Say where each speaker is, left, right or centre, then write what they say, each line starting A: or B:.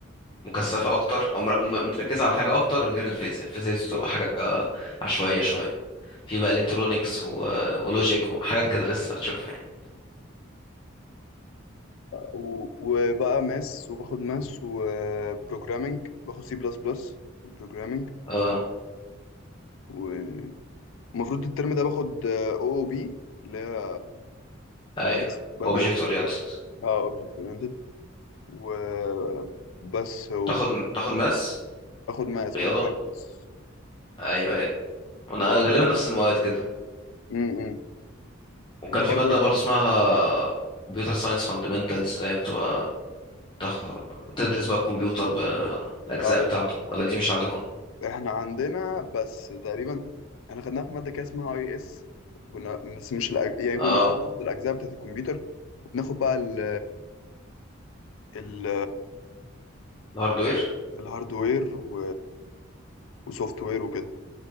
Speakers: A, on the left; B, on the left.
A: مكثفة أكتر أو مر- م- متركزة على حاجة أكتر غير الفيزياء الفيزياء بتبقى حاجة عشوائية شوية في بقى إلكترونيكس و... ولوجيك وحاجات كده لسه هتشوفها يعني
B: و- وبقى ماس وباخد ماس وبروجرامنج باخد سي بلس بلس بروجرامنج
A: اه
B: ومفروض الترم ده باخد او او بي اللي هي
A: أيوه
B: بدرس بدرس
A: أوبجكت أورينتد
B: اه اوبجكت اورينتد وبس وباخد
A: تاخد تاخد ماس
B: ماس
A: رياضة
B: باخد كالكولس
A: أيوه أيوه وأنا
B: اللي هو
A: غالبا نفس المواد كده
B: م- م.
A: وكان
B: انت
A: في
B: برضو
A: مادة برضه اسمها كمبيوتر ساينس فاندمنتالز اللي هي بتبقى تاخد تدرس بقى الكمبيوتر بالأجزاء
B: ايوه
A: بتاعته ولا دي مش عندكم؟
B: احنا عندنا بس تقريبا احنا خدناها في ماده كده اسمها اي اس كنا بس مش الأج... يعني
A: اه
B: كنا اه بناخد الاجزاء بتاعت الكمبيوتر وبناخد بقى ال ال
A: الهاردوير
B: الهاردوير و... وسوفت وير وكده